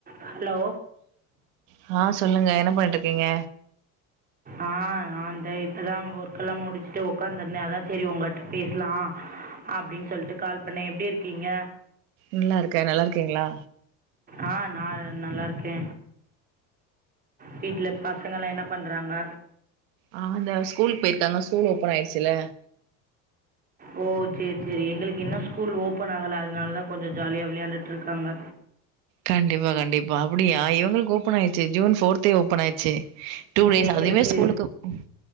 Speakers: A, on the right; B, on the right.
A: Hello
B: ஹா சொல்லுங்க என்ன பண்ணிட்ருக்கீங்க
A: ஆ ஆந்தே இப்பதா ஒர்க்கெல்லா முடிச்சுட்டு ஒக்காந்துருந்தே அதா செரி உங்கிட்ட பேசலா அப்டின்னு சொல்லிட்டு கால் பண்ணே எப்படிருக்கீங்க
B: நல்லாருக்கே நல்லாருக்கீங்ளா
A: ஆ நா நல்லாருக்கே வீட்ல பசங்கலா என்ன பண் றாங்க
B: ஆ அந்த ஸ்கூலுக்கு போயிருக்காங்க ஸ்கூல் ஓப்பன் ஆயிச்சுல்ல
A: ஓ செரி செரி எங்களுக்கு இன்னூ ஸ்கூல் ஓப்பனாகல அத்னாலதா கொஞ்சோ ஜாலியா விளையாண்டுட்ருக்காங்க
B: கண்டிப்பா கண்டிப்பா அப்டியா இவங்களுக்கு ஓப்பன் ஆயிச்சு ஜூன் ஃபோர்த்தே ஓப்பன் ஆயிடுச்சே டூ டேஸ்
A: எங்களுக்கு
B: அதூமே ஸ்கூலுக்கு ம்